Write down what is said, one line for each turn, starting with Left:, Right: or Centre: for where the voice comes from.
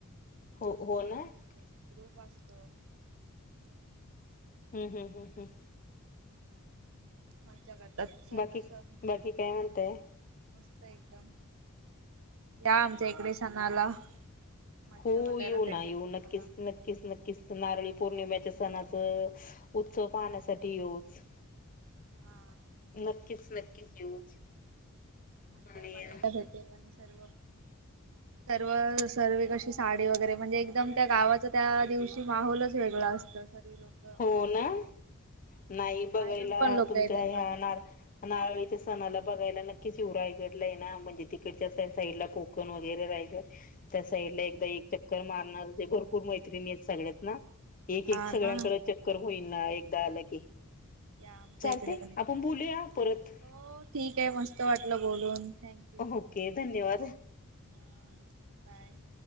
Left: हो
Right: असतो
Left: हो
Right: ना.
Left: हम्म
Right: हम. ग्रुप असतो.
Left: हम् हम् हम् हम.
Right: मज्जा करतात. सर्विस
Left: बाकी बाकी काय
Right: सगळ
Left: म्हणताय
Right: मस्त एकदम. या आमच्या इकडे सणाला. मज्जा
Left: हो
Right: बघायला
Left: येऊ
Right: भेटेल
Left: ना येऊ
Right: तुम्हाला
Left: नक्कीच नक्कीच नक्कीच. तर नारळी पौर्णिमेच्या सणाचा उत्सव पाहण्यासाठी येऊच.
Right: हा
Left: नक्कीच नक्कीच येऊच.
Right: माझ्या
Left: आणि
Right: बाब्याला
Left: हम्
Right: भेटेल आणि सर्व. सर्व सर्वे कशी साडी वगैरे म्हणजे एकदम त्या गावाच त्या दिवशी माहोलच वेगळा असतो. <unintelligible>
Left: हो ना. नाही बघायला
Right: बाहेरून पण लोक
Left: तुमच्या
Right: येतात
Left: या
Right: बघायला
Left: नार नारळीच्या सणाला बघायला नक्कीच येऊ रायगडला आहे ना म्हणजे तिकडच्या साईडला कोक कोकण वगैरे राहिलं. त्या साईड ला एकदा एक चक्कर मारणारच आहे. भरपूर मैत्रिणी आहेत सगळ्यात ना एक एक
Right: हा
Left: सगळ्यांकडे
Right: हा ना
Left: चक्कर होईल ना एकदा आले की.
Right: या आमच्या
Left: चालते
Right: इकडे पण
Left: आपण बोलूया परत.
Right: हो ठीक आहे. मस्त वाटलं बोलून. थँकू!
Left: ओके धन्यवाद!
Right: हा. बाय.